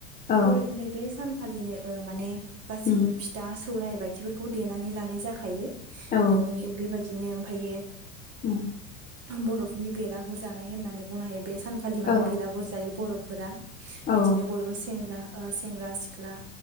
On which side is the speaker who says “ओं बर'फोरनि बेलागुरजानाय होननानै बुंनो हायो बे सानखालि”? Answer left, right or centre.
Right